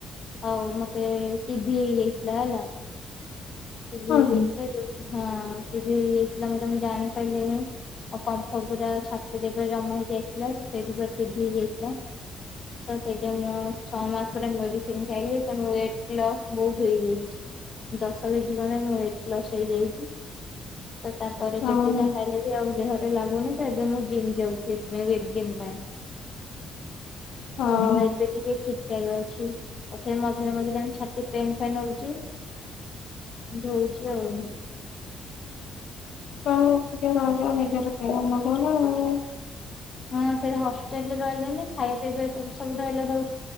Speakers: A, on the left; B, on the left.
A: ଆଉ ମତେ ଟିଭିି ହେଇ ଯାଇଥିଲା ହେଲା। ଟିଭି
B: ହଁ କି?
A: ହେଇଯାଇଥିଲା ହଁ ଟିଭି ହେଇଯାଇଥିଲା ମୋତେ ମୁଁ ଜାଣି ପାଇଲିନି। ଆଉ କମ୍ଫ ପୁରା ଛାତିରେ ପୁରା ଜମା ହେଇଯାଇଥିଲା ସେ ସେଇଢୁ ପୁରା ଟିଭି ହେଇଯାଇଥିଲା। ତ ସେଇଠେ ମୁଁ ଛଅ ମାସ ପରେ ମେଡିସିନ ଖାଇଲି ତ ମୁଁ ୱେଟ ଲସ୍ ବହୁତ ହେଇଯାଇଛି। ଦଶ। <unintelligible> ମର ୱେଟ ଲସ୍ ହେଇଯାଇଛି ତ ତାପରେ
B: ହଁ
A: ଯେତେ ଯାହା ଖାଇଲେ ବି ଆଉ ଦେହରେ ଲାଗୁନି ତ ଏବେ ମୁଁ ଜିମ୍ ଯାଉଚି ସେଇଥିପାଇଁ ୱେଟ ଗେନ ପାଇଁ। <inaudible>
B: ହଁ
A: ସେ ଟିକିଏ ଠିକ ଠାକ ଅଛି ତାପରେ ମଝିରେ ମଝିରେ ଛାତି ପେନ୍ ଫେନ୍ ହଉଚି। ଏମିତି ହଉଚି ଆଉ।
B: ତମେ ଏକୁଟିଆ ରହୁଜ ନିଜର କେୟାର ନବ ନା ଆଉ।
A: ହଁ ସେଇଟା ହଷ୍ଟେଲ ରେ ରହିଲେନି ଖାଇବା ପିଇବା ଏପଟେ ସବୁ <unintelligible>